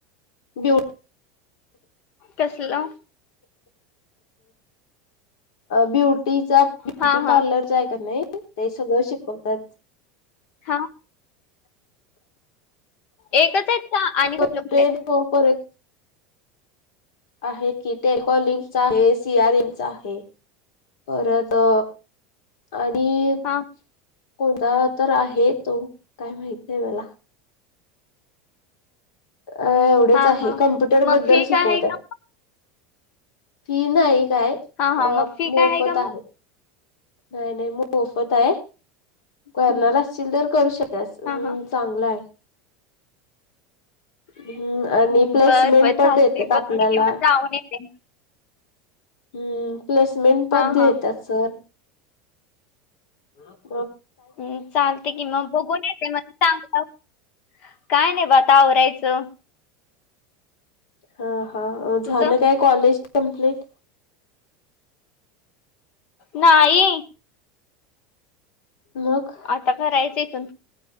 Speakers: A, on the left; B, on the left.
A: ब्यु
B: कसलं
A: ब्युटीचा ब्युटी
B: हा
A: पार्लरचा
B: हा
A: आहे का नाही ते सगळं शिकवतात
B: हा एकच आहेत का आणि कुठलं
A: ट्रेन
B: कुठलं आहेत
A: परत आहेत की टेकॉलिग हे सियारनचा आहे. पर त. आणि
B: हा
A: कोणता तर आहे, तो काय माहित आहे मला. अ एवढेच
B: हा
A: आहे
B: हा
A: कमप्युटर
B: मग
A: बद्दल
B: फी
A: शिकवत
B: काय आहे का
A: फी नाही. काय
B: हा हा मग फी
A: मोफत
B: काय का मग
A: आहे. नाही नाही मग मोफत आहे. करणार
B: हम्म,
A: असतील तर, करू शकतास चांगलं
B: हा हा
A: आहे. हम्म आणि
B: हम्म,
A: प्लेसमेंट
B: बर बर
A: पण
B: चालते
A: देतात
B: बघते
A: आपल्याला.
B: की मग जाऊन येते
A: हम्म प्लेसमेंट पण
B: हा
A: देतात
B: हा
A: सर. बरोब <unintelligible>
B: हम् चालते कि मग बघून येते म चांगलं. काय नाही बता आवरायचं.
A: हा हा
B: तुझं
A: झालं काय कॉलेज कमप्लीट.
B: नाही
A: मग
B: आता करायचं.